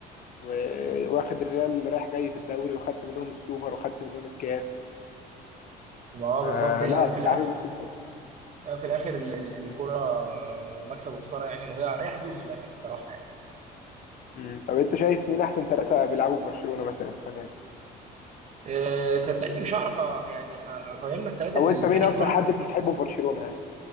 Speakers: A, on the left; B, on the right.
A: و- واخد الريال اللي رايح جاي في الدوري وخدت منهم السوبر وخدت منهم الكاس
B: ما هو
A: آه
B: بالظبط هي
A: لا
B: آه، في
A: التعامل
B: الاخر
A: وصل كده
B: يعني في الاخر ال- ال- الكرة مكسب وخسارة يعني وهي هي حظوظ في الاخر الصراحة يعني
A: مم. طب انت شايف مين احسن ثلاثه بيلعبوا في برشلونه مثلا السنه دي
B: أه، صدقني مش هعرف أ- يعني اقيم لك ثلاثة
A: او
B: من
A: انت
B: الفريق
A: مين اكتر
B: كله
A: حد بتحبه في برشلونه يعني